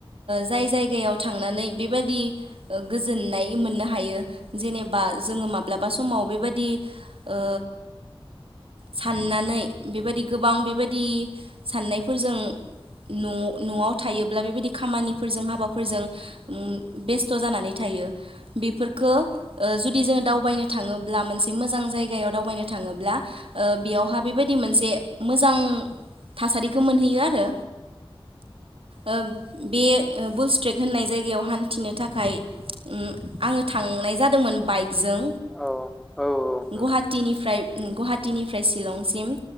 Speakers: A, on the right; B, in the centre.
A: जाय जायगायाव थांनानै बेबायादि गोजोननाय मोननो हायो जेनेबा बा जोङो माब्लाबा समाव बेबायदि ओ साननानै बेबायदि गोबां बेबायदि साननायफोरजों। न' न'आव थायोब्ला बेबायदि खामानिफोरजों हाबाफोरजों उम बेस्थ' जानानै था यो बेफोरखो। ओ जुदि जोङो दावबायनो थाङोब्ला मोनसे मोजां जायगायाव दावबायनो थाङोब्ला। ओ बेयावहा बेबायदि मोनसे मोजां थासारिखो मोनहैयो आरो। ओ बे ओ बुलस्ट्रेक होननाय जायगायाव हान्थिनो थाखाय। उम आङो थांनाय जादोंमोन बाइकजों।
B: औ औ औ।
A: गहाटिनिफ्राय उम गुवाहाटिनिफ्राय चिलंसिम